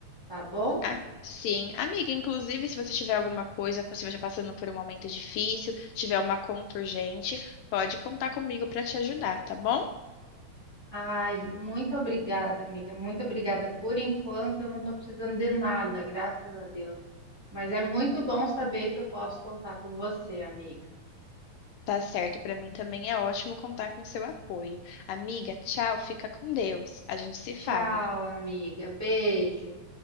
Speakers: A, on the right; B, on the left.
A: tá bom?
B: a- Sim, amiga, inclusive, se você tiver alguma coisa, se você estiver passando por um momento difícil, tiver uma conta urgente, pode contar comigo para te ajudar, tá bom?
A: Ai, muito obrigada, amiga. Muito obrigada. Por enquanto, eu não estou precisando de nada, graças a Deus. Mas é muito bom saber que eu posso contar com você, amiga.
B: Tá certo, pra mim também é ótimo contar com seu apoio. Amiga, tchau, fica com Deus. A gente se fala.
A: Tchau, amiga. Beijo.